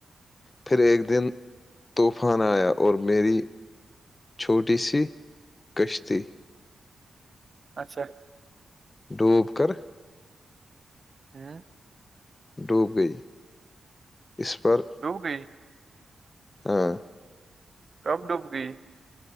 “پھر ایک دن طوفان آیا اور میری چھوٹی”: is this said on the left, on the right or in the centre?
Left